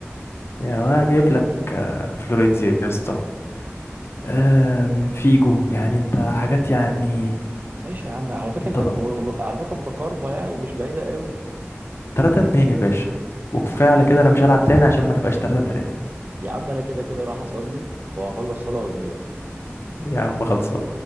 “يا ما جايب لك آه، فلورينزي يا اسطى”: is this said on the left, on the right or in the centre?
Left